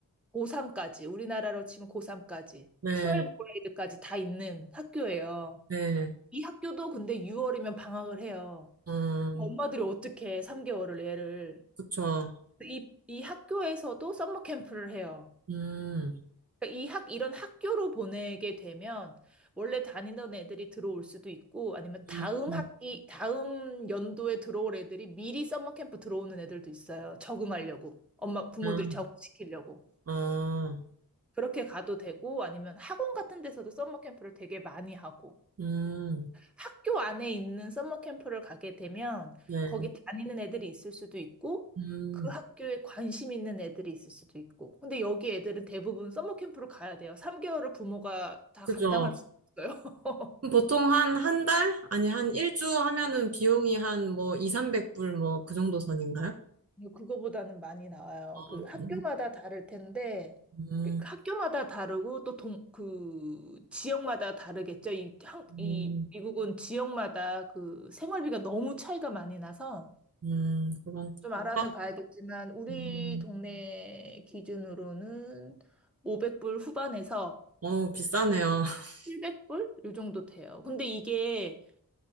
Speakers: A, in the centre; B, on the right.
A: 고3까지 우리나라로 치면 고3까지
B: 네,
A: 1브 그레이드까지 다 있는 학교예요.
B: 네,
A: 이 학교도 근데 6월이면 방학을 해요.
B: 어,
A: 엄마들이 어떻게 3개월을 애를
B: 그쵸.
A: 이, 이 학교에서도 썸머 캠프를 해요.
B: 음,
A: 그러니까 이 학, 이런 학교로 보내게 되면 원래 다니던 애들이 들어올 수도 있고 아니면 다음
B: 음,
A: 학기, 다음 연도에 들어올 애들이 미리 서머캠프 들어오는 애들도 있어요. 적응하려고. 엄마, 부모들이
B: 음,
A: 적응시키려고.
B: 어.
A: 그렇게 가도 되고 아니면 학원 같은 데서도 서머캠프를 되게 많이 하고.
B: 음,
A: 학교 안에 있는 서머 캠프를 가게 되면
B: 네.
A: 거기 다니는 애들이 있을 수도 있고
B: 음,
A: 그 학교에 관심 있는 애들이 있을 수도 있고. 근데 여기 애들은 대부분 서머 캠프를 가야 돼요. 3개월을 부모가 다
B: 그죠.
A: 감당할 수 있어요.
B: 그럼 보통
A: <laughs>
B: 한, 한 달? 아니, 한 일주 하면은 비용이 한 뭐, 2, 300불 뭐, 그 정도 선인가요?
A: 근데 그거보다는 많이 나와요.
B: 아,
A: 그 학교마다
B: 그래요?
A: 다를 텐데
B: 음,
A: 그 학교마다 다르고 또 동, 그 지역마다 다르겠죠. 이, 한, 이
B: 음,
A: 미국은 지역마다 그 생활비가 너무 차이가 많이 나서
B: 음, 그런,
A: 좀 알아는
B: 아,
A: 봐야겠지만 우리
B: 음,
A: 동네 기준으로는 500불 후반에서
B: 어, 비싸네요. <laughs>
A: 700불 요 정도 돼요. 근데 이게